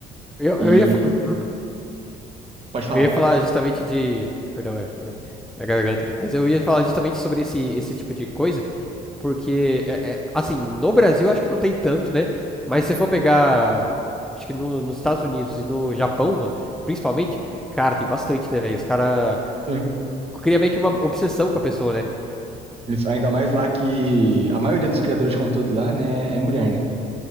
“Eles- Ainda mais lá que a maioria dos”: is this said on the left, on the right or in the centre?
Right